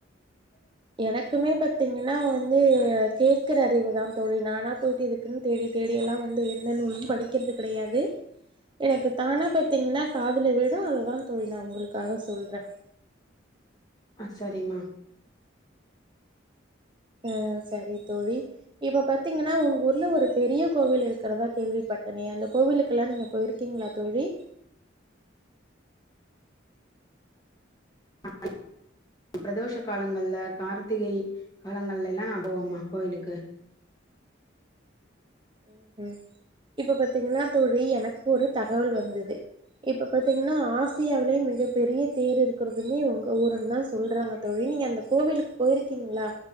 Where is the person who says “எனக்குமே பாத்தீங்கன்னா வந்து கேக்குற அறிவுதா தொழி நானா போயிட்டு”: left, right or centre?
Right